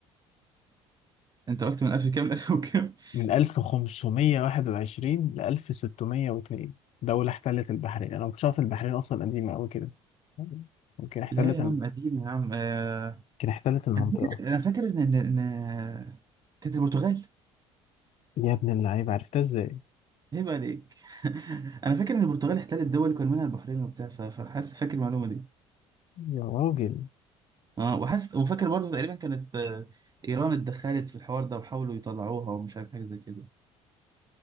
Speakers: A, on the right; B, on the left.
A: انت قلت من 1000 كام ل 1000 وكام <laughs>
B: من 1521 ل 1602 دولة احتلت البحرين انا ما كنتش عارف البحرين اصلا قديمة قوي كده ممكن احتلت
A: لا يا
B: الم-
A: عم قديم يا عم آه،
B: ممكن احتلت المنطقة
A: انا فاكر انا فاكر ان ان إن- كانت البرتغال
B: يا ابن اللعيبة عرفتها ازاي
A: عيب عليك <laughs> انا فاكر ان البرتغال احتلت دول كان منها البحرين وبتاع ف- فحاسس فاكر المعلومه دي
B: يا راجل
A: اه وحاسس وفاكر برضه تقريبا كانت آه، ايران اتدخلت في الحوار ده وحاولوا يطلعوها ومش عارف حاجه زي كده